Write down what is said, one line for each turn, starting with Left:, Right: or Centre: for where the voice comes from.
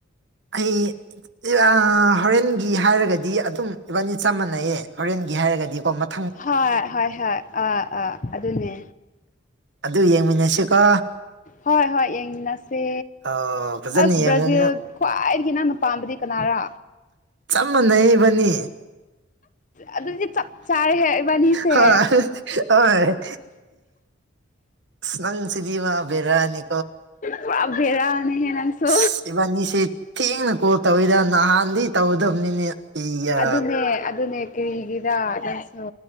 Right: ꯑꯩ ꯏꯔꯥ ꯍꯣꯔꯦꯟꯒꯤ ꯍꯥꯏꯔꯒꯗꯤ ꯑꯗꯨꯝ ꯏꯕꯥꯅꯤ ꯆꯞ ꯃꯥꯟꯅꯩꯌꯦ ꯍꯣꯔꯦꯟ ꯒꯤ ꯍꯥꯏꯔꯒꯗꯤ ꯀꯣ ꯃꯠ
Left: ꯍꯣꯏ ꯍꯣꯏ ꯍꯣꯏ ꯑꯥ ꯑꯥ ꯑꯗꯨꯅꯦ
Right: ꯑꯗꯨ ꯌꯦꯡꯃꯤꯟꯅꯁꯤꯀꯣ
Left: ꯍꯣꯏ ꯍꯣꯏ ꯌꯦꯡꯃꯤꯟꯅꯁꯦ
Right: ꯑꯣ ꯐꯖꯅ
Left: ꯑꯁ
Right: ꯌꯦꯡꯉꯣ
Left: ꯕ꯭ꯔꯥꯖꯤꯜ ꯈ꯭ꯋꯥꯏꯗꯒꯤ ꯅꯪꯅ ꯄꯥꯝꯕꯗꯤ ꯀꯅꯥꯔꯥ
Right: ꯆꯞ ꯃꯥꯟꯅꯩꯌꯦ ꯏꯕꯟꯅꯤ
Left: ꯑꯗꯨꯗꯤ ꯆꯞ ꯆꯥꯔꯦ ꯍꯦ ꯏꯕꯥꯅꯤꯁꯦ
Right: ꯍꯣꯏ ꯍꯣꯏ ꯅꯪꯁꯤꯗꯤꯕꯥ ꯕꯦꯔꯥꯅꯦ
Left: ꯄꯨꯔꯥ ꯕꯦꯔꯅꯦ ꯍꯦ ꯅꯪꯁꯨ
Right: ꯑꯁ ꯏꯕꯥꯅꯤꯁꯦ ꯊꯦꯡꯅ ꯀꯣꯜ ꯇꯧꯋꯤꯗ ꯅꯍꯥꯟꯗꯤ ꯇꯧꯒꯗꯕꯅꯤꯅꯦ ꯏꯌꯥ
Left: ꯑꯗꯨꯅꯦ ꯑꯗꯨꯅꯦ ꯀꯔꯤꯒꯤꯔ ꯅꯡꯁꯨ